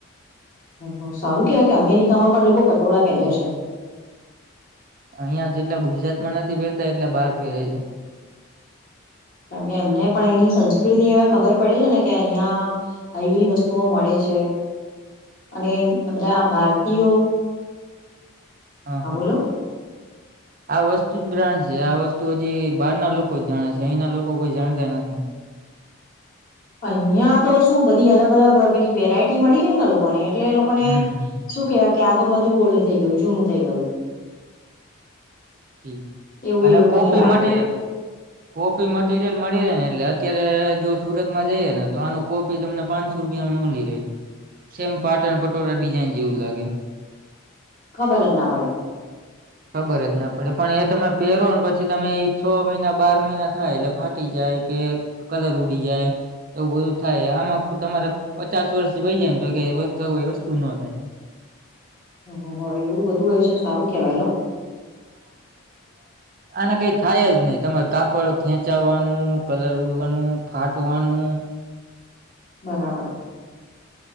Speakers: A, on the left; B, on the right.
A: હમ્મ, હમ્મ. સારું કેવાય કે અમેરિકામાં પણ લોકો પટોળા પહેરે છે.
B: અહિયાં જેટલા ગુજરાતમાં નથી પહેરતા એટલા બહાર પહેરે છે.
A: કારણ કે એમને પણ એની સંસ્કૃતિ અવે ખબર પડે છે ને કે અહિયાં આવી બધી વસ્તુઓ મળે છે. અને આ બધા ભારતીયો,
B: હ
A: હા
B: હ
A: બોલો. <inaudible>
B: આ વસ્તુ જ બ્રાન્ડ છે આ વસ્તુ હજી બહાર ના લોકો જ જાણે છે. અહીંના લોકો કોઈ જાણતા નથી.
A: અહિયાં તો શું બધી અલગ અલગ પેલી વેરાયટી મળી રહે ને લોકોને એટલે એ લોકોને
B: હમ.
A: શું કહેવાય કે આ તો બધું ઓલ્ડ થઈ ગયું, જૂનું થઈ ગયું.
B: જી
A: એવું
B: અને
A: એ લોકોને
B: કોપી
A: લાગે.
B: મટીરિયલ કોપી મટીરિયલ મળી રહે ને એટલે અત્યારે જો સુરતમાં જઈએ ને તો આનું કોપી તમને પાંચ પાંનસો રૂપિયામાં મલી રહે, સેમ પાટણ પટોળા ડિઝાઈન જેવું લાગે.
A: ખબર જ ના પડે.
B: ખબર જ ના પડે. પડે પણ એ તમે પહેરો ને પછી તમે એ છ મહિના બાર મહિના થાય એટલે ફાટી જાય કે કલર ઉડી જાય. એવું બધું થાય આમાં તમારે પચાસ વર્ષથી થઈ જાય ને તો એ કઈ વસ્તુ ન થાય.
A: હો, એવું બધું હોય છે સારું કહેવાય હા.
B: <inaudible> આને કઈ થાય જ નહી તમારે કાપડ ખેંચાવાનું, કલર ઉડવાનું, ફાટવાનું
A: બરાબર.